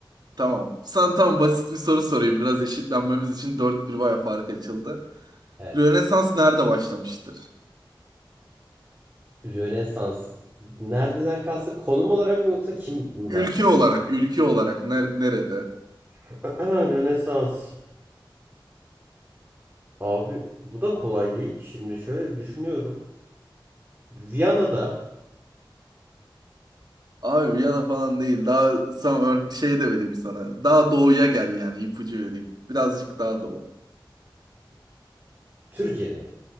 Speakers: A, on the right; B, on the right.
A: Tamam. Sana tam basit bir soru sorayım. Biraz eşitlenmemiz için dört 1 baya fark açıldı.
B: Evet.
A: Rönesans nerede başlamıştır?
B: Rönesans. Nereden kastı? Konum olarak mı yoksa kim
A: Ülke
B: başlatmıştır?
A: olarak, ülke olarak ner- nerede?
B: <clears throat> Rönesans. Abi bu da kolay değil ki. Şimdi şöyle düşünüyorum. Viyana'da,
A: Abi Viyana falan değil. Daha sana ör- şey de vereyim sana. Daha doğuya gel yani ipucu vereyim. Birazcık daha doğu.
B: Türkiye'de mi?